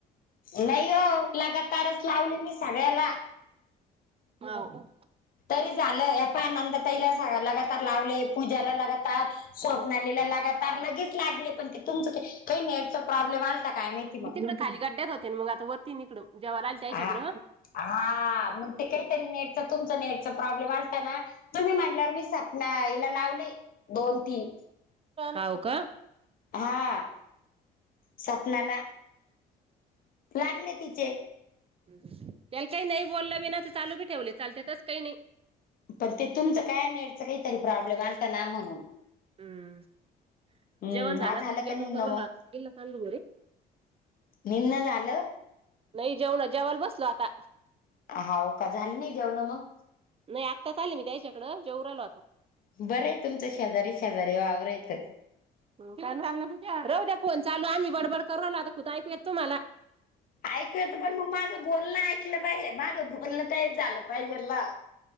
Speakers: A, on the left; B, on the right.
A: नाहीं हो लगांतारच लावले मी सगळ्यांला
B: हावं
A: तरी झालं पणं नंदा ताईला लगातार लावलें पूजाला लगातार स्वप्
B: मग
A: लाग लगेच लागले पण ते तुमं काही नेट प्रॉब्लेम आलाता काय मा
B: मी तिकड खाली गड्ड्यात होते मग आता वरती नििकडून जेव्हा राहिल त्याच्याकडं
A: हा हा मग ते काहीतरी नेट तुमच नेटचा प्रॉब्लेम असताना तुम्ही म्हल्यावर मी म्या हीला लावलें दोन तीनं
B: हावं कां
A: हां स्वप्नाला लागलें तिचे
B: त्यांला कांहीं नाहीं बोललं बी नां तरं चालूं बी ठेवलें चालतें तसचं कांहीं नाहीं
A: पण ते तुमचं काय नेटच काहीतरी प्रॉब्लेम आलता ना म्हणून
B: हम्म
A: हम्म
B: जेवण झालं
A: हा
B: जेव
A: का निम्न
B: कर
A: मग
B: लाग कल चांल घरी
A: निम्न झालं
B: नाही जेवण जेवा्हाला बसलो आता
A: हाव का झालं नाही घेऊ ना मग
B: नाही आत्ता चालेल मी त्याच्याकडं जेर आलो आता
A: बरं आहे तुमचं शेजारी शेजारी वावररायेतं
B: राह द्या फोन चालू आम्ही बडबड करवला आता खुं ऐकूयाेत तुम्हाला
A: ऐकू येत पण मग माझं बोलणं ऐकलं पाहिजे माझं बोलणं ते झालं पाहिजेला